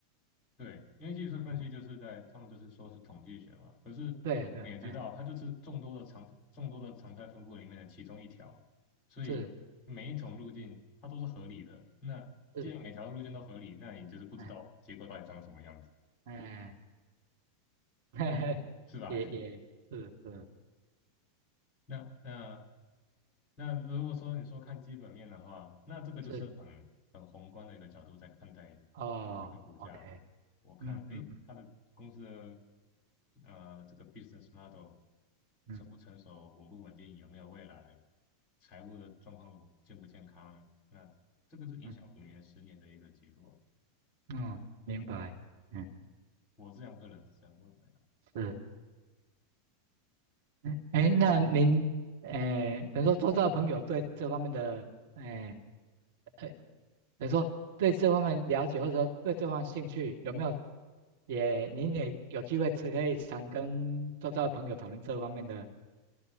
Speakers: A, on the left; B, on the right.
A: 对，因为技术分析就是在他们就是说是统计学嘛，
B: 嗯，
A: 可是我们也知道它就是众多的常众多的常态分布里面的其中一条，
B: 对对，嗯，
A: 所以每一种路径它都是合理的。
B: 是
A: 那既然每条路径都合理，
B: 是，
A: 那你就是不知道结果到底长什么样子，
B: 嗯嗯，<laughs>
A: 是吧？
B: 也也是是
A: <laughs> 那那那如果说你说看基本面的话，那这个就是很很宏观的一个角度在看待
B: 是，哦，OK，
A: 这个股价了。我看，
B: 嗯嗯
A: 哎，它的公司的呃这个 business model
B: 嗯
A: 成不成熟、稳不稳定、有没有未来、财务的状况不健不健康，那这个是影响五年、
B: 嗯
A: 十年的一个结果。
B: 嗯，明白，嗯
A: 我这样个人是这样认为的。
B: 是，嗯哎，那您，哎，等于说做到朋友对这方面的，哎呃，等于说对这方面了解或者说对这方面兴趣有没有？也，您也有机会吃，可以常跟周遭的朋友讨论这方面的，